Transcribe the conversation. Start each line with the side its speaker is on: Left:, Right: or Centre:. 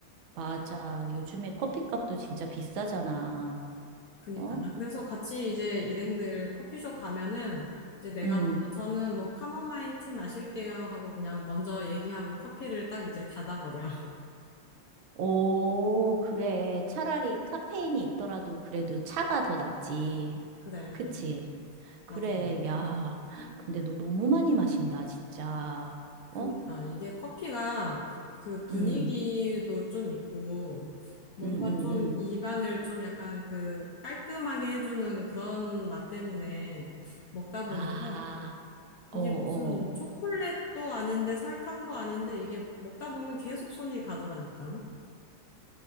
Right: 맞아. 요즘에 커피값도 진짜 비싸잖아.
Left: 그니까
Right: 어?
Left: 나 그래서 같이 이제 일행들 커피숍 가면은 이제 내가
Right: 음
Left: 먼저 저는 뭐 카모마일 티 마실게요 하고 그냥 먼저 얘기하고 커피를 딱 이제 닫아버려.
Right: 오, 그래. 차라리 카페인이 있더라도 그래도 차가 더 낫지.
Left: 그래,
Right: 그치? 그래,
Left: 맞아.
Right: 야. 근데 너 너무 많이 마신다, 진짜.
Left: 그니까
Right: 어?
Left: 이게 커피가 그 분위기도
Right: 음,
Left: 좀 있고 뭔가
Right: 음, 음,
Left: 좀
Right: 음.
Left: 입안을 좀 약간 그 깔끔하게 해주는 그런 맛 때문에 먹다 보니까
Right: 아, 어,
Left: 이게
Right: 어.
Left: 무슨 초콜릿도 아닌데 설탕도 아닌데 이게 먹다 보면 계속 손이 가더라니까.